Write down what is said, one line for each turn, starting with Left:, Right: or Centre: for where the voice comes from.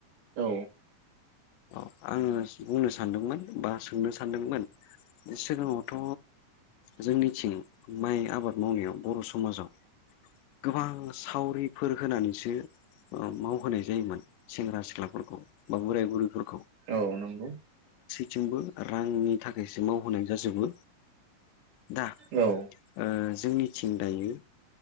Right: औ
Left: अ आंङो बुंनो सान्दोंमोन बा सोंनो सान्दोंमोन सिगाङावथ' जोंनिथिं माइ आबाद मावनायाव बर' समाजाव गोबां सावरिफोर होनानैसो मावहोनाय जायोमोन सेंग्रा सिख्लाफोरखौ बा बोराय बुरैफोरखौ
Right: औ नंगौ
Left: थिंबो रांनि थाखायसो मावहोनाय जाजोबो दा
Right: औ
Left: ओ जोंनिथिं दायो